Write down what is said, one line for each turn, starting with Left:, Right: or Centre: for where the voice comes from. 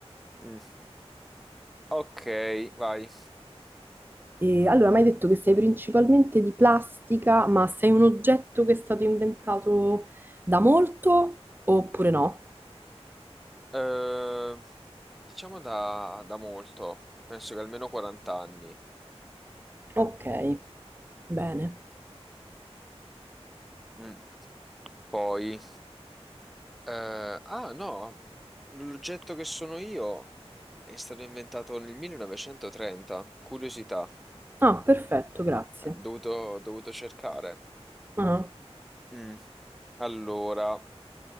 Centre: Mm. Ok, vai.
Right: E allora, mi hai detto che sei principalmente di plastica, ma sei un oggetto che è stato inventato da molto oppure no?
Centre: Eh, diciamo da, da molto, penso che almeno 40 anni.
Right: Ok, bene.
Centre: Mm. Poi, eh, ah no, l'oggetto che sono io. È stato inventato nel 1930, curiosità,
Right: Ah, perfetto, grazie.
Centre: eh, dovuto, dovuto cercare.
Right: Ah,
Centre: Mm. Allora,